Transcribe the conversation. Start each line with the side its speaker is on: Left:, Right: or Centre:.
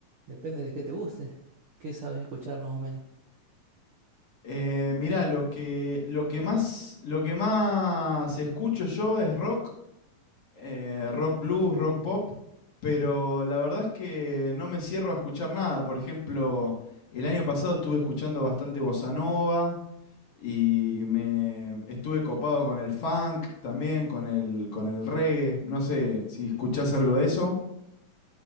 Right: depende de qué te guste, qué sabes escuchar más o menos.
Left: Eh, mirá, lo que, lo que más, lo que más escucho yo es rock, eh, rock blues, rock pop, pero la verdad es que no me cierro a escuchar nada. Por ejemplo, el año pasado estuve escuchando bastante bossa nova. y me estuve copado con el funk también, con el, con el reggae. No sé si escuchás algo de eso.